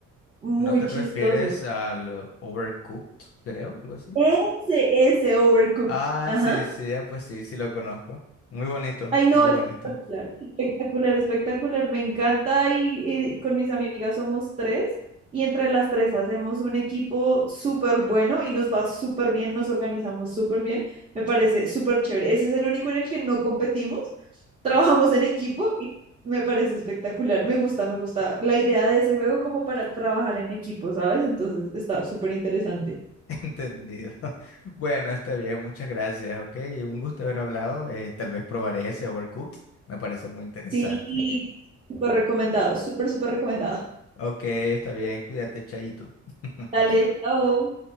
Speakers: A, on the right; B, on the left.
A: muy
B: no te
A: chistoso.
B: refieres al Overcooked, creo, algo así.
A: Ese, ese Overcooked.
B: Ah,
A: Ajá.
B: sí, sí, ah, pues sí, sí lo conozco. Muy bonito,
A: Ay, no,
B: muy
A: espectacular,
B: bonito.
A: espectacular, espectacular, me encanta y, y con mis amigas somos tres y entre las tres hacemos un equipo súper bueno y nos va súper bien, nos organizamos súper bien, me parece súper chévere. Ese es el único en el que no competimos, trabajamos en equipo y me parece espectacular, me gusta, me gusta la idea de ese juego como para trabajar en equipo, ¿sabes? Entonces está súper interesante.
B: <laughs> Entendido. <laughs> Bueno, está bien, muchas gracias, ok. Un gusto haber hablado. eh, tal vez probaré ese Overcooked. Me parece muy interesante.
A: Sí, súper recomendado, súper, súper recomendado.
B: Ok, está bien, cuídate, Chaito. <laughs>
A: Dale, chao.